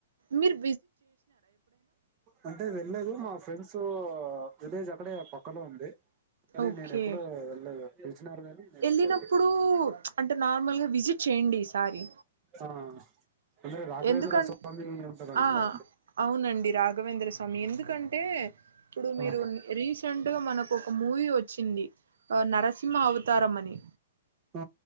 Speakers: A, on the right; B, on the right.
A: మీర్
B: అంటే వెళ్లేదు మా ఫ్రెండ్ సో విలేజ్ అక్కడే పక్కనో ఉంది కానీ
A: ఓకే
B: నేను ఎప్పుడు వెళ్ళదు పిలిచినారు కాని నేను
A: వెళ్ళినప్పుడు
B: వెళ్లలేదు
A: అంటే నార్మల్గా విజిట్ చేయండి ఈసారి
B: ఆ అంద్ర రాఘవేంద్ర
A: ఎందుకం
B: స్వామి ఉంటారంటగా
A: ఆ అవునండి రాఘవేంద్ర స్వామి ఎందుకంటే ఇప్పుడు
B: ఆ,
A: మీరు రీసెంట్ గా మనకు ఒక మూవీ వచ్చింది నర సింహ అవతారమని
B: ఆ